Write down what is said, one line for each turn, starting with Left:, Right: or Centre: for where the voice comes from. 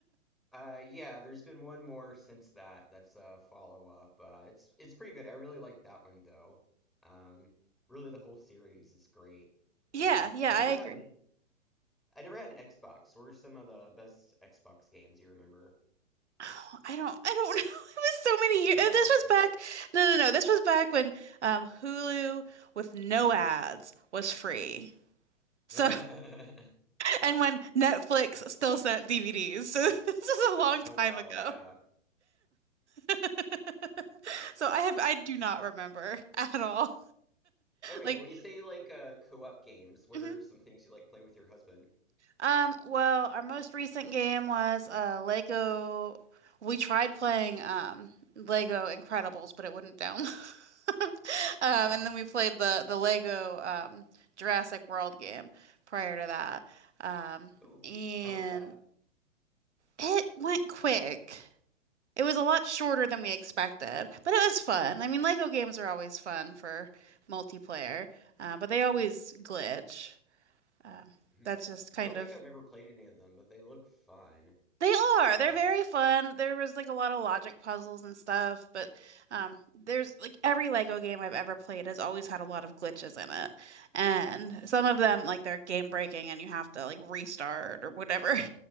Centre: Uh, yeah. There's been one more since that. That's a follow up. Uh, it's it's pretty good. I really like that one though. Um, really, the whole series is great.
Right: Yeah,
Centre: Uh,
Right: yeah,
Centre: I never
Right: I agree.
Centre: had. I never had an Xbox. What are some of the best Xbox games you remember?
Right: Oh, I don't I don't know. <laughs> It was so many years.
Centre: Don't
Right: This
Centre: know.
Right: was
Centre: I
Right: back
Centre: don't
Right: no no no. This was back when um Hulu with no ads was free. So
Centre: know.
Right: <laughs>
Centre: <laughs>
Right: and when Netflix still sent DVDs. So <laughs> this is a long
Centre: Oh
Right: time
Centre: wow,
Right: ago.
Centre: yeah. <laughs>
Right: <laughs> So I have I do not remember <laughs> at all.
Centre: Okay,
Right: Like
Centre: well you say you like uh co-op games. What
Right: mhm.
Centre: are some things you like playing with your husband?
Right: Um, well, our most recent game was uh Lego. We tried playing um Lego Incredibles, but it wouldn't download. <laughs> Um,
Centre: Aw.
Right: and then we played the the Lego um Jurassic World game prior to that. Um,
Centre: Ooh,
Right: and
Centre: how was that?
Right: it went quick. It was a lot shorter than we expected, but it was fun. I mean, Lego games are always fun for multiplayer, uh, but they always glitch. Um,
Centre: <laughs>
Right: that's just kind
Centre: I don't think
Right: of
Centre: I've ever played any of them, but they look fun.
Right: They are.
Centre: Uh,
Right: They're very fun. There was like a lot of logic puzzles and stuff, but um, there's like every Lego game I've ever played has always had a lot of glitches in it. And some of them like they're game breaking and you have to like restart or whatever. <laughs>